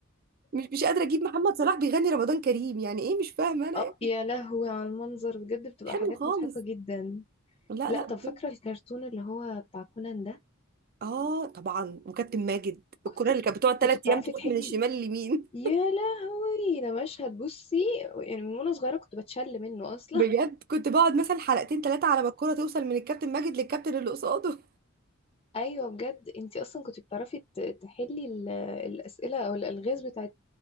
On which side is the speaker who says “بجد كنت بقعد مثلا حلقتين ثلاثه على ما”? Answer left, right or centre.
Right